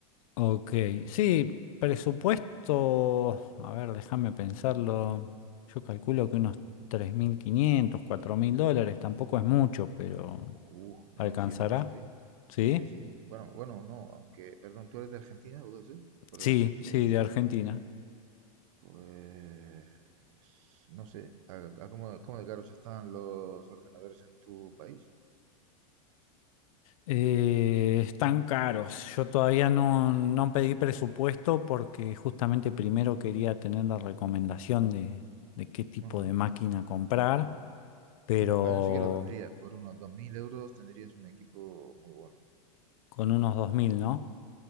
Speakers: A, on the left; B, on the right.
A: Ok, sí, presupuesto, a ver, déjame pensarlo, yo calculo que unos tres mil quinientos, cuatro mil dólares, tampoco es mucho, pero
B: Uh, no,
A: ¿alcanzará?
B: sí, en mucho, sí.
A: Sí,
B: Sí, sí. Bueno, bueno, no, aunque, perdón, ¿tú eres de Argentina, puede ser? Por
A: sí,
B: el acento
A: sí,
B: lo digo.
A: de Argentina.
B: Pues, no sé, ¿a, a cómo, cómo de caros están los ordenadores en tu país?
A: Eh, están caros. Yo todavía no, no pedí presupuesto porque justamente primero quería tener la recomendación de, de qué tipo
B: Ajá.
A: de máquina comprar, pero
B: En España sí que lo tendrías, por unos 2.000 euros tendrías un equipo muy bueno,
A: con unos 2.000, ¿no?